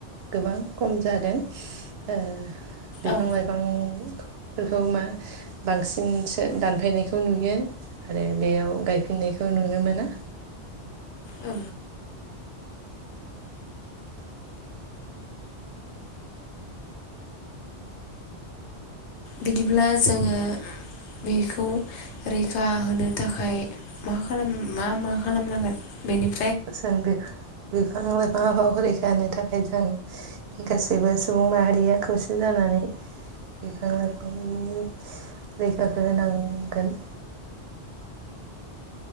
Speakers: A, on the right; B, on the left.
A: गोबां खम जादों ओ बिफां
B: औ
A: लाइफां फोरखौ मा बांसिनसो दानफायनाय खौ नुयो आरो बेयाव गायफिननायखौ नुनो मोना
B: औ बिदिब्ला जोङो बेखौ रैखा होनो थाखाय मा खालाम मा मा खालामनांगोन बेनि
A: जों बि-बिफां लाइफांखौ रैखा होनो थाखाय जों गासैबो सुबुं माहारिया खौसे जानानै बिफां लाइफांनि रैखाखौ होनांगोन